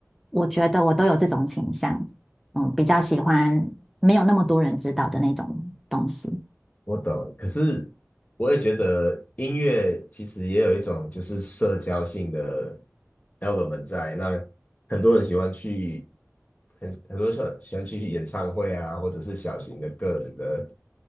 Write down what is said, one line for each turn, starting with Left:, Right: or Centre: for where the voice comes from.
Centre: 我觉得我都有这种倾向，嗯，比较喜欢没有那么多人知道的那种东西，
Left: 我懂，可是我也觉得音乐其实也有一种就是社交性的 element 在。那很多人喜欢去，很很多人喜欢去演唱会啊，或者是小型的个人的，